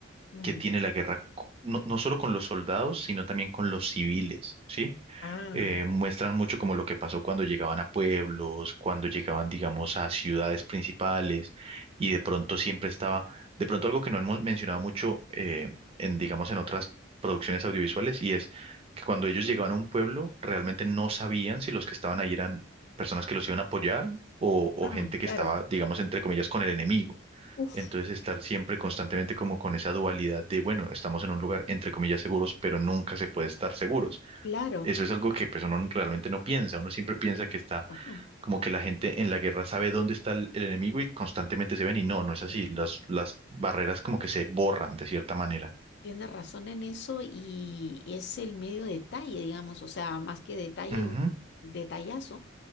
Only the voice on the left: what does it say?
mm,
ah,
ah,
claro.
Uf,
claro,
razón.
Sí.
Tienes razón en eso y es el medio detalle, digamos, o sea, más que detalle,
un detallazo,